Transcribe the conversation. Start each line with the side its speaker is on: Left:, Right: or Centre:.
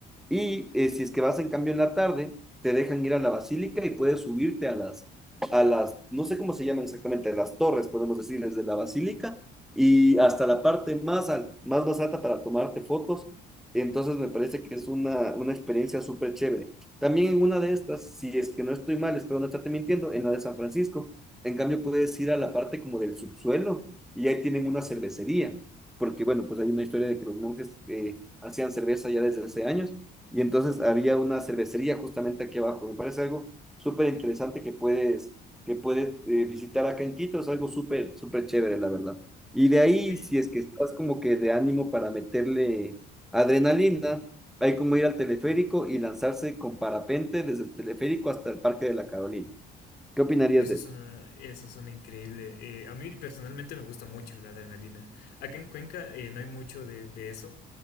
Centre: Y eh, si es que vas en cambio en la tarde, te dejan ir a la basílica y puedes subirte a las, a las, no sé cómo se llaman exactamente, las torres, podemos decir, desde la basílica y hasta la parte más, al más, más alta para tomarte fotos. Entonces me parece que es una, una experiencia súper chévere. También en una de estas, si es que no estoy mal, espero no estarte mintiendo, en la de San Francisco. En cambio, puedes ir a la parte como del subsuelo y ahí tienen una cervecería, porque bueno, pues hay una historia de que los monjes eh, hacían cerveza ya desde hace años y entonces había una cervecería justamente aquí abajo. Me parece algo súper interesante que puedes, que puedes eh, visitar acá en Quito, es algo súper, súper chévere, la verdad. Y de ahí,
Left: Y
Centre: si es que estás como que de ánimo para meterle adrenalina, hay como ir al teleférico y lanzarse con parapente desde el teleférico hasta el Parque de la Carolina. ¿Qué opinarías
Left: Eso
Centre: de
Left: es
Centre: eso?
Left: una, eso es una increíble. eh, a mí personalmente me gusta mucho la adrenalina. Acá en Cuenca eh, no hay mucho de, de eso.